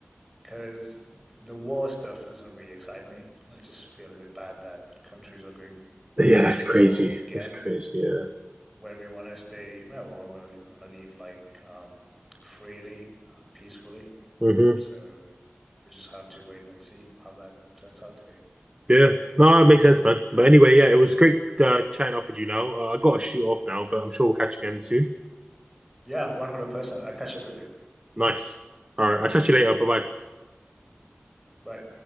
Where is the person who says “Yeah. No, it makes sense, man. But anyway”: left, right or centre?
Right